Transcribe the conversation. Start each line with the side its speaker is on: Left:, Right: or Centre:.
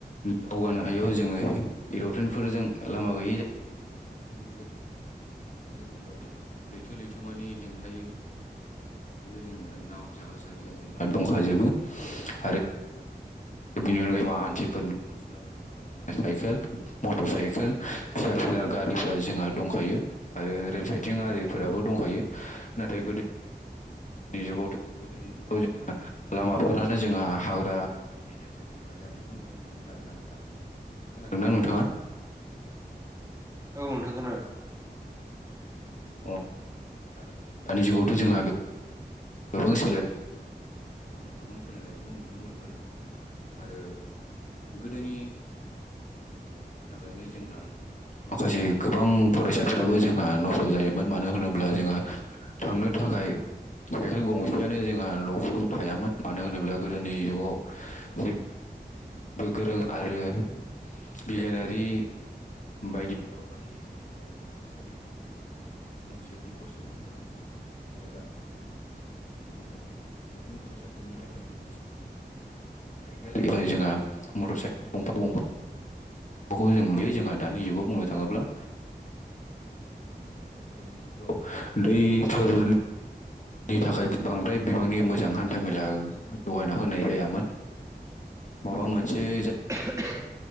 Left: दावगानो हायाव जोङो एर'प्लेन फोरजों लामा गैयि जायगायाव जों इरल्पेन जों दावबायो लैथो लैथोमानि हेंथायै जोङो नाव जाहाज आरिया जोंहा दंखाजोबो आरो बेनि अनगायै मा हान्थि हान्थिलाबाय साइकेल मटर साइकेल फिसा फिला गारिफ्रा जोंहा दंखायो आरो रेल साइथिं आरिफोराबो दंखायो नाथाय गोदो नि जुगावथ' गोदोनि जुगाव जोंहा लामाफोरानो जोंहा हाग्रा गेजेरजों जोंहा जानायखौ नुनो मोनोमोन आरो ना नोंथां खोनादोंना नोंथाङा
Right: औ नोंथां खोनादों आरो
Left: अ आरो दानि जुगावथ' जोंहा गोबां सोलायबोनांगौ जोंहा गोबां सोलायनाय नुनो मोनबोदों आरो गोदोनि थाखायनो जोंहा माखासे गोबां फरायसाफोराबो जोंहा नस्थ' जायोमोन मानो होनोब्ला जोंहा थांनो थाखाय साइकेल गंसेयानो जोंहा न'खराव थायामोन मानो होनोब्ला गोदोनि जुगाव जे गोरों आरो बिगियानारि बायदियाव दावगायो समाव जोंहा साइकेल गंसे बि खस्थ' मोनबोदों आरो दा जगावथ' मोनफ्रोम फरायसाफोरनो थाखाय जोंहा साइकेल जोंहा मटर साइकेल गंफा गंफा खौ जों नुयो जोंहा दानि जुगाव बुंनो थांङोब्ला गोदोनि जुगाव दैफोरनि नि थाखाय बांद्राय बिबांनि मोजां हान्थाामेला जौगाना होनाय जायामोन माबा मोनसे जा
Right: <inaudible>